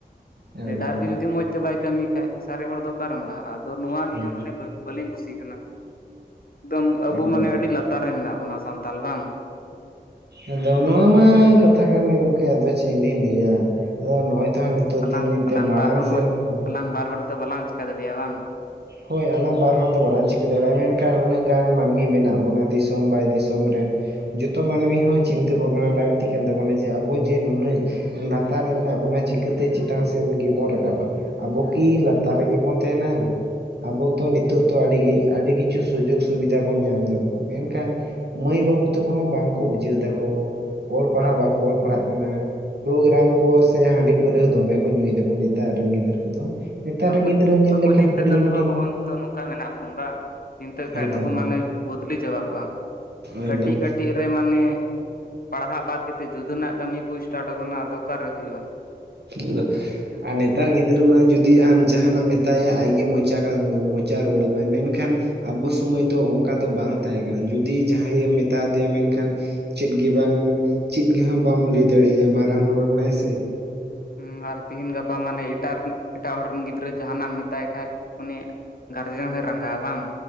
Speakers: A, on the right; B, on the left.
A: ᱮᱠᱫᱚᱢ
B: ᱞᱮᱰᱟᱨ
A: ᱮᱠᱫᱚᱢ
B: ᱜᱮ ᱡᱩᱫᱤ
A: ᱦᱩᱸ
B: ᱢᱚᱸᱡ ᱛᱮ ᱵᱟᱭ ᱠᱟᱹᱢᱤᱭ ᱠᱷᱟᱡ ᱥᱟᱨᱮ ᱦᱚᱲ ᱫᱚ ᱚᱠᱟᱨᱮᱢ ᱞᱟᱦᱟᱜᱼᱟ? ᱟᱫᱚ ᱱᱚᱣᱟ
A: ᱦᱳᱭ
B: ᱜᱮ ᱦᱟᱸᱜ ᱢᱟᱱᱮ ᱵᱟᱹᱲ ᱵᱟᱹᱞᱤᱧ ᱠᱩᱥᱤᱜ ᱠᱟᱱᱟ, ᱮᱠᱫᱚᱢ ᱟᱵᱩ
A: ᱮᱠᱫᱚᱢ
B: ᱢᱟᱱᱮ ᱟᱹᱰᱤ ᱞᱟᱛᱟᱨ ᱨᱮ ᱢᱮᱱᱟᱜ ᱵᱚᱱᱟ ᱥᱟᱱᱛᱟᱞ ᱵᱟᱝ?
A: ᱟᱫᱚ ᱱᱚᱣᱟ ᱢᱟ ᱠᱟᱛᱷᱟ ᱠᱟᱱ ᱜᱮ ᱜᱚᱝᱠᱮ ᱟᱫᱚ ᱪᱮᱫ ᱞᱤᱧ ᱞᱟᱹᱭᱟ᱾ ᱟᱫᱚ ᱱᱚᱜᱼᱚᱭ ᱛᱚ ᱦᱟᱸᱜ ᱱᱤᱛᱚᱜ
B: ᱟᱞᱟᱝ
A: ᱫᱤᱱ ᱫᱤᱱ
B: ᱟᱞᱟᱝ
A: ᱛᱮ ᱢᱟᱲᱟᱝ
B: ᱵᱟᱨ ᱦᱚᱲ
A: ᱥᱮᱱ
B: ᱢᱚᱡ
A: ᱦᱳᱭ
B: ᱟᱞᱟᱝ ᱵᱟᱨ ᱦᱚᱲ ᱫᱚ ᱵᱟᱞᱟᱝ ᱪᱤᱠᱟ ᱫᱟᱲᱮᱭᱟᱜᱼᱟ ᱵᱟᱝ?
A: ᱦᱳᱭ ᱟᱞᱟᱝ ᱵᱟᱨ ᱦᱚᱲ ᱫᱚ ᱵᱟᱞᱟᱝ ᱪᱤᱠᱟᱹ ᱫᱟᱲᱮᱭᱟᱜᱼᱟ ᱢᱮᱱᱠᱷᱟᱱ ᱩᱱᱟᱹᱜ ᱜᱟᱱ ᱢᱟᱹᱱᱢᱤ ᱢᱮᱱᱟᱜ ᱵᱚᱱᱟ ᱫᱤᱥᱚᱢ ᱵᱟᱭ ᱫᱤᱥᱚᱢ ᱨᱮᱱ᱾ ᱡᱚᱛᱚ ᱢᱟᱹᱱᱢᱤ ᱦᱚᱸ ᱪᱤᱱᱛᱟᱹ ᱵᱷᱟᱵᱱᱟ ᱞᱟᱹᱠᱛᱤ ᱠᱟᱱ ᱛᱟᱵᱚᱱᱟ ᱡᱮ ᱟᱵᱚ ᱡᱮ ᱱᱩᱱᱟᱹᱜ ᱞᱟᱛᱟᱨ ᱨᱮ ᱢᱮᱱᱟᱜ ᱵᱚᱱᱟ ᱪᱤᱠᱟᱹᱛᱮ ᱪᱮᱛᱟᱱ ᱥᱮᱫ ᱜᱮᱵᱚᱱ ᱨᱟᱠᱟᱯᱟ? ᱟᱵᱚ ᱠᱤ ᱞᱟᱛᱟᱨ ᱨᱮᱜᱮ ᱵᱚᱱ ᱛᱮᱦᱮᱱᱟ? ᱟᱵᱚ ᱛᱚ ᱱᱤᱛᱚᱜ ᱛᱚ ᱟᱹᱰᱤ ᱜᱤ ᱟᱹᱰᱤ ᱠᱤᱪᱷᱩ ᱥᱩᱡᱳᱜ ᱥᱩᱵᱤᱫᱷᱟ ᱵᱚᱱ ᱧᱟᱢ ᱫᱟ ᱢᱮᱱᱠᱷᱟᱱ ᱢᱟᱹᱭ ᱵᱟᱹᱵᱩ ᱛᱟᱠᱚ ᱦᱚᱸ ᱵᱟᱝᱠᱚ ᱵᱩᱡᱷᱟᱹᱣ ᱫᱟᱠᱚ, ᱚᱞ ᱯᱟᱲᱦᱟᱜ
B: ᱵᱟᱝ
A: ᱵᱟᱠᱚ ᱚᱞ ᱯᱟᱲᱦᱟᱜ ᱠᱟᱱᱟ᱾ ᱯᱳᱜᱨᱟᱢ ᱠᱚ ᱥᱮ ᱦᱟᱺᱰᱤ ᱯᱟᱹᱨᱟᱹ ᱦᱚ ᱫᱚᱢᱮ ᱠᱚ ᱧᱩᱭ ᱫᱟᱠᱚ ᱱᱤᱛᱟᱨ ᱨᱮᱱ ᱜᱤᱫᱽᱨᱟᱹ ᱠᱚᱫᱚ᱾ ᱱᱮᱛᱟᱨ
B: ᱵᱟᱠᱚ
A: ᱨᱮᱱ ᱜᱤᱫᱽᱨᱟᱹᱢ ᱧᱮᱞ
B: ᱵᱟᱠᱚ
A: ᱞᱮᱠᱷᱟᱱ
B: ᱪᱤᱱᱛᱟᱹᱜ
A: ᱦᱩᱰᱤᱧ
B: ᱠᱟᱱ
A: ᱦᱩᱰᱤᱧ᱾
B: ᱛᱮᱢᱟ ᱦᱚᱸᱜᱼᱚ ᱱᱤᱛᱚᱜ ᱱᱚᱠᱟ ᱢᱮᱱᱟᱜ ᱵᱚᱱ ᱵᱟᱝ᱾ ᱪᱤᱱᱛᱟᱹᱜ ᱠᱷᱟᱡ
A: ᱮᱠᱫᱚᱢ
B: ᱫᱚᱠᱚ ᱢᱟᱱᱮ
A: ᱮᱠᱫᱚᱢ
B: ᱵᱚᱫᱞᱤ ᱪᱟᱵᱟ ᱠᱚᱜᱼᱟ
A: ᱮᱠᱫᱚᱢ
B: ᱠᱟᱹᱴᱤᱡ ᱠᱟᱹᱴᱤᱡ ᱨᱮ ᱢᱟᱱᱮ ᱯᱟᱲᱦᱟᱜ ᱵᱟᱫ ᱠᱟᱛᱮᱫ ᱡᱩᱫᱟᱹᱱᱟᱜ ᱠᱟᱹᱢᱤ ᱠᱩ ᱤᱥᱴᱟᱴᱚ ᱠᱟᱱᱟ ᱟᱫᱚ ᱚᱠᱟᱨᱮ ᱦᱩᱭᱩᱜᱼᱟ᱾
A: ᱟᱫᱚ ᱟᱨ ᱱᱮᱛᱟᱨ ᱜᱤᱫᱽᱨᱟᱹ ᱢᱟ ᱡᱩᱫᱤ ᱟᱢ ᱡᱟᱦᱟᱱᱟᱢ ᱢᱮᱛᱟᱭᱟ ᱟᱡᱜᱮ ᱢᱚᱪᱟ ᱠᱟᱫᱟᱢ ᱢᱚᱪ ᱪᱟ ᱨᱩᱣᱟᱹᱲ ᱟᱢᱟᱭ ᱢᱮᱱᱠᱷᱟᱱ ᱟᱵᱚ ᱥᱩᱢᱟᱹᱭ ᱫᱚ ᱚ ᱚᱱᱠᱟ ᱫᱚ ᱵᱟᱝ ᱛᱟᱦᱮᱸ ᱠᱟᱱᱟ ᱡᱩᱫᱤ ᱡᱟᱦᱟᱸᱭ ᱮᱢ ᱢᱮᱛᱟ ᱫᱤᱭᱟ ᱢᱮᱱᱠᱷᱟᱱ ᱪᱮᱫ ᱜᱤ ᱵᱟᱝ, ᱪᱤᱫ ᱜᱮ ᱦᱚ ᱵᱟᱢ ᱞᱟᱹᱭ ᱫᱟᱲᱮᱭᱟᱭᱟ ᱢᱟᱨᱟᱝ ᱦᱚᱲ ᱠᱟᱱᱟᱭ ᱥᱮ᱾
B: ᱦᱩᱸ ᱟᱨ ᱛᱤᱦᱤᱱ ᱜᱟᱯᱟ ᱢᱟᱱᱮ ᱤᱴᱟᱨᱱ ᱮᱴᱟᱜ ᱦᱚᱲ ᱨᱮᱱ ᱜᱤᱫᱽᱨᱟᱹ ᱡᱟᱦᱟᱱᱟᱜ ᱮᱢ ᱢᱮᱛᱟᱭ ᱠᱷᱟᱡ ᱩᱱᱤ ᱜᱟᱨᱡᱮᱱ ᱦᱚᱭ ᱨᱟᱸᱜᱟᱜᱼᱟ ᱵᱟᱝ?